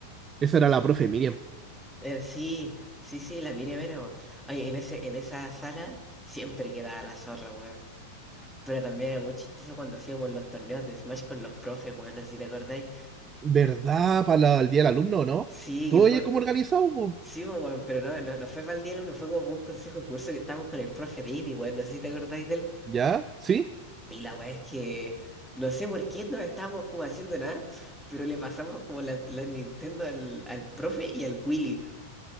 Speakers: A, on the right; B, in the centre.
A: Esa era la profe Miriam.
B: Eh, sí, sí, sí, la Miriam era, weón. Ay, en ese, en esa sala siempre quedaba la zorra, weón. Pero también era muy chistoso cuando hacíamos los torneos de Smash con los profes, weón, no sé si te acordáis.
A: ¿Verdad? Para la- el día del alumno, ¿no?
B: Sí,
A: ¿Tú
B: que fue.
A: oyes cómo organizado? po?
B: Sí, pues, weón, pero no, no, no fue para el día, no fue como por un consejo de curso que estábamos con el profe de Ivy, weón, no sé si te acordáis de él.
A: ¿Ya? ¿Sí?
B: Y la weá es que no sé por qué no estábamos como haciendo nada, pero le pasamos como la, la Nintendo al, al profe y al Willy.